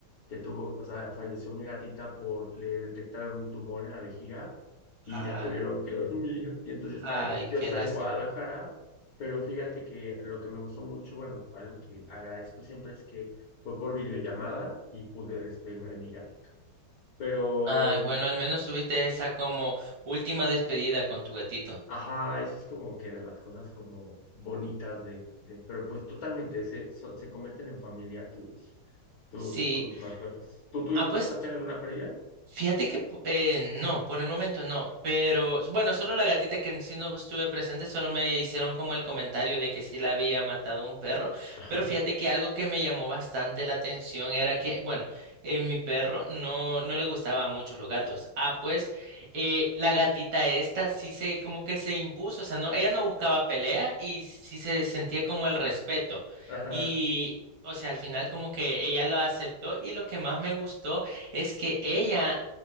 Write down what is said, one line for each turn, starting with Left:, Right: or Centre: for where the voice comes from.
Left: que tuvo, o sea, falleció mi gatita por, le detectaron un tumor en la vejiga y
Right: Ay,
Left: la tuvieron que <laughs> dormir. Y entonces
Right: ay,
Left: está en- yo
Right: qué
Left: estaba
Right: lástima.
Left: en Guadalajara, pero fíjate que lo que me gustó mucho, bueno, algo que agradezco siempre es que fue por videollamada y pude despedirme de mi gatito. Pero,
Right: Ay, bueno, al menos tuviste esa como última despedida con tu gatito.
Left: ajá, eso es como que de las cosas como bonitas de, de pero pues totalmente, se, so- se cometen en familia tus, tus,
Right: Sí.
Left: tus mascotas. ¿Tú tuviste,
Right: Ah, pues.
Left: tú has tenido alguna pérdida?
Right: Fíjate que po- eh, no, por el momento no, pero bueno, solo la gatita que sí no estuve presente, solo me hicieron como el comentario de que sí la había matado un perro,
Left: <laughs>
Right: pero fíjate que algo que me llamó bastante la atención era que, bueno, eh, mi perro no, no le gustaban mucho los gatos. Ah, pues eh, la gatita esta sí se como que se impuso, o sea, no, ella no buscaba pelea y sí se sentía como el respeto.
Left: Ajá.
Right: Y, o sea, al final como que ella lo aceptó y lo que más me gustó es que ella,